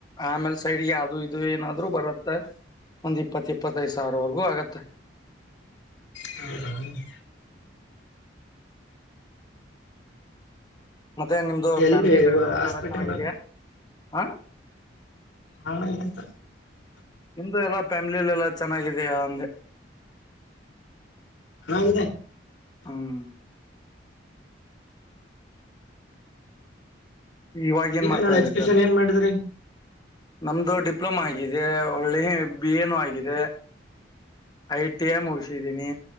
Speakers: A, on the left (about 20°); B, on the left (about 75°).
A: ಆಮೇಲ್ ಸೈಡ್ಗೆ ಯಾವ್ದದು ಇದು ಏನಾದ್ರು ಬರತ್ತ ಒಂದ್ ಇಪ್ಪತ್ತ ಇಪ್ಪತ್ತೈದು ಸಾವಿರವರ್ಗೂ ಆಗತ್ತೆ
B: ಹ <unintelligible>
A: ಮತ್ತೆ ನಿಮ್ದು
B: ಎಲ್ಲಿ
A: ಫ್ಯಾಮಿಲಿ ಬ್ಯಾಕ್ ಗ್ರೌಂಡ್
B: ಹಾಸ್ಪಿಟಲ್
A: ಎಲ್ಲ ಚೆನ್ನಾಗಿದಾ ಹ <inaudible>
B: ಹಣ ಏನಂತ
A: ನಿಮ್ದು ಎಲ್ಲಾ ಫ್ಯಾಮಿಲಿಲ್ಲಿ ಎಲ್ಲ ಚೆನ್ನಾಗಿದೆಯ ಅಂದೆ <inaudible>
B: ಚನ್ನಾಗಿದೆ
A: ಹ್ಮ್ ಇವಾಗ ಏನ್
B: ಈಗ
A: ಮಾಡ್ತಾ
B: ನಾನ್
A: ಇರಿ
B: ಎಜುಕೇಶನ್
A: ಸರ್
B: ಏನ್ ಮಾಡಿದ್ರಿ
A: ನಮ್ದು ಡಿಪ್ಲೊಮಾ ಆಗಿದೆ ಒಳ್ಳೆ ಬಿ ಎನುೂ ಆಗಿದೆ ಐ ಟಿ ಎ್ ಮುಗಸಿದೀನಿ